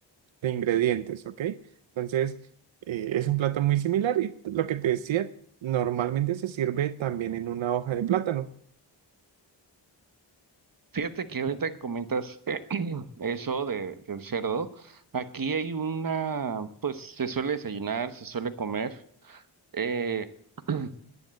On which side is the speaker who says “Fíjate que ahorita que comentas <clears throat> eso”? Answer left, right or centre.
Right